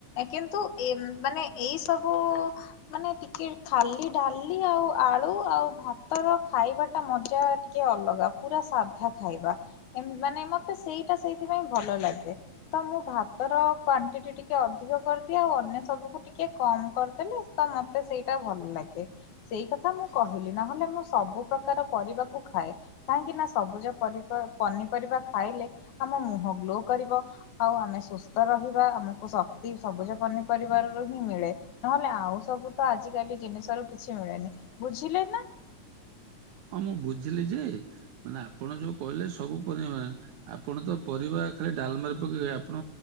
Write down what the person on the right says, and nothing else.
ହଁ ମୁଁ ବୁଝିଲି ଯେ ମାନେ ଆପଣ ଯୋଉ କହିଲେ ସବୁ <unintelligible> ଆପଣ ତ ପରିବା <unintelligible> ଖାଲି ଡ଼ାଲମା ରେ ପକେଇ ଆପଣ